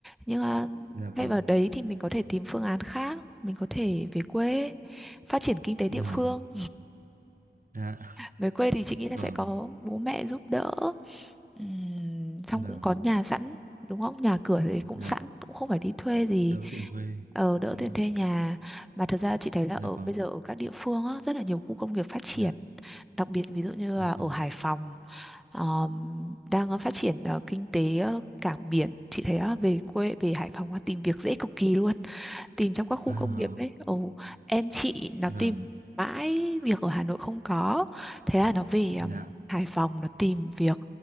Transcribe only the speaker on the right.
dạ
vâng
dạ
dạ
vâng
vâng
dạ
đỡ tiền thuê
đúng
rồi
dạ
vâng
dạ
dạ
vâng
à
vâng
dạ